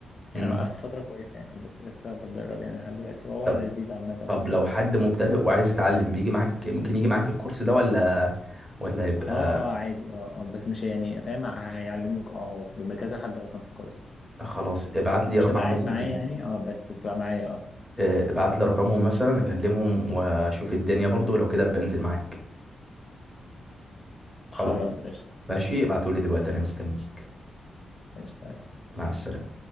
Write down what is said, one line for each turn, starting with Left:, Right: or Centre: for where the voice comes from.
Centre: مم.
Left: يعني أنا وقفت فترة كويسة يعني بس لسه بتدرب يعني لحد دلوقتي وهو
Centre: طب
Left: لذيذ عامة
Centre: طب لو حد مبتدئ وعايز يتعلم بيجي معاك ممكن يجي معاك الكورس ده ولا ولا يبقى
Left: اه اه عادي اه آه، بس مش يعني فاهم هيعلموك اه هو بيبقى كذا حد اصلا في الكورس
Centre: خلاص ابعت لي
Left: مش
Centre: رقم
Left: تبقى قاعد
Centre: مثلا
Left: معايا يعني اه بس بتبقى معايا اه
Centre: آه، ابعت لي رقمهم مثلا اكلمهم واشوف الدنيا برضو لو كده بنزل معاك خلاص
Left: خلاص قشطة
Centre: ماشي
Left: قشطة
Centre: ابعتولي دلوقتي انا مستنيك
Left: قشطة
Centre: مع السلامة